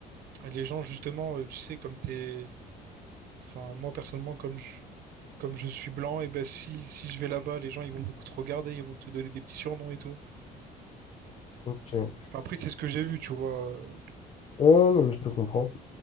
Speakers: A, on the right; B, on the left.
A: et les gens, justement, euh, tu sais, comme t'es... Enfin, moi, personnellement, comme je, comme je suis blanc, et ben si, si je vais là-bas, les gens, ils vont beaucoup te regarder, ils vont te donner des petits surnoms et tout.
B: ok. Ouais,
A: Enfin, après, c'est ce que j'ai vu, tu vois.
B: non, mais je te comprends.